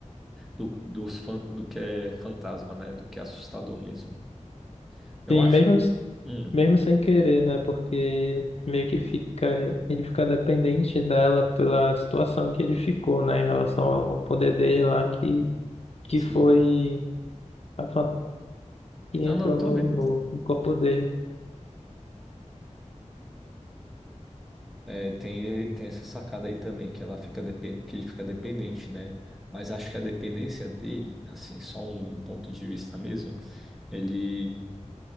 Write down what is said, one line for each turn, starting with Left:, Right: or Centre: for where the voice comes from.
Centre: do, dos fan- do que é fantasma, né? Do que é assustador mesmo. Eu
Left: Sim,
Centre: acho.
Left: mesmo, s-
Centre: Hum,
Left: mesmo sem querer, né? Porque meio que fica, ele fica dependente dela pela situação que ele ficou, né? Em relação ao poder dele lá, que, que
Centre: sim.
Left: foi. A fanta que
Centre: Não,
Left: entrou
Centre: não, tô
Left: no,
Centre: vendo.
Left: no, no corpo dele.
Centre: É, tem, tem essa sacada aí também, que ela fica depen- que ele fica dependente, né? Mas acho que a dependência dele, assim, só um um ponto de vista mesmo, ele,